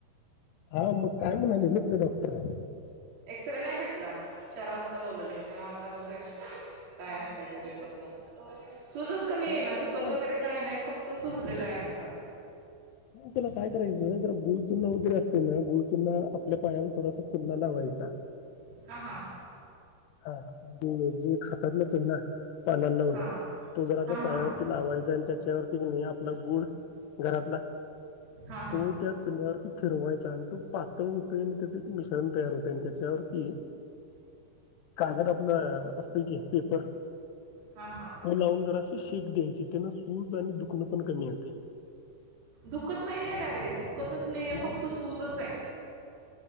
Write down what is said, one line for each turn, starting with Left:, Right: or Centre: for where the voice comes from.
Left: हा मग काय म्हणाले म्हणल डॉक्टर
Right: एक्सरे नाही भेटला चार वाजता बोलवले तेव्हा आता बघूया काय अस रिपोर्ट मध्ये सुजच कमी
Left: त्याला
Right: येईना
Left: जरा
Right: दुखत वगैरे काय नाही फक्त सुजलेला आहे आगटा
Left: त्याला काय करायचं जरा गुळ चूना वगैरे असते ना गुळ चुनना आपल्या पायाला थोडासा चूना लावायचा
Right: हा हां
Left: हा आपण जे खातात ना चुना पानाला लावून
Right: हा
Left: तो जरासा
Right: हा हा
Left: पायावरती
Right: हा.
Left: लावायचा आणि त्याच्यावरती कणी आपला गुळ घरातला
Right: हा हा
Left: तो त्या चुन्यावरती फिरवायचा आणि तो पातळ होतोय आणि त्याच एक मिश्रण तयार होतय आणि त्याच जर की. कागद आपलं असतोय की पेपर,
Right: हा हा
Left: तो लावून जर आस शेक द्यायची त्याना सूज आणि दुखणं पण कमी येतंय.
Right: दुखत नाहीयेरे अरे दुखतच नाहीये
Left: मग
Right: फक्त सूजच हाय